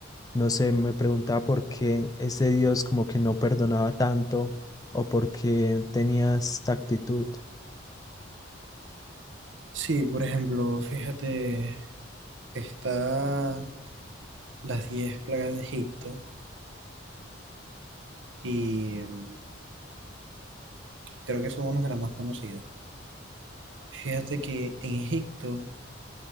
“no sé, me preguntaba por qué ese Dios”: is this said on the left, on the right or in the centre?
Left